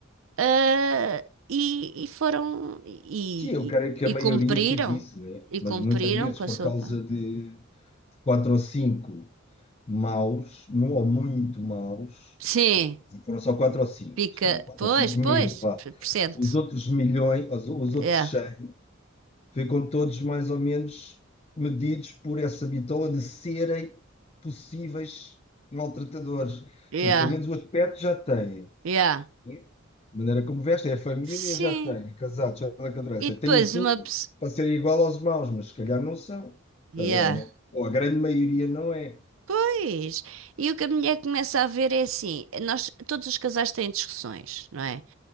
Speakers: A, on the right (about 80°); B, on the left (about 30°).
A: ah, e, e foram e,
B: Sim, eu creio
A: e-
B: que a maioria
A: e cumpriram
B: fez isso, né?
A: e
B: Mas
A: cumpriram
B: muitas vezes,
A: com
B: por
A: a sopa.
B: causa de, de quatro ou cinco maus, mu- ou muito maus,
A: Sim,
B: eu- foram só quatro ou cinco,
A: pica.
B: foram quatro
A: Pois,
B: ou cinco mil,
A: pois,
B: vá.
A: per- percento.
B: Os outros milhões, os, os outros
A: Yeah,
B: 100 Ficam todos mais ou menos medidos por essa bitola de serem possíveis maltratadores. Ou
A: yeah,
B: seja, pelo menos o aspecto já têm.
A: yeah.
B: né? A maneira como vestem, a família
A: Sim.
B: já tem, casados, já da cadeira.
A: E depois
B: Têm tudo
A: uma pessoa.
B: para serem igual aos maus, mas se calhar não são.
A: Yeah.
B: Tá a ver? Ou não. Ou a grande maioria não é.
A: Pois. E o que a mulher começa a ver é assim: nós, todos os casais têm discussões, não é?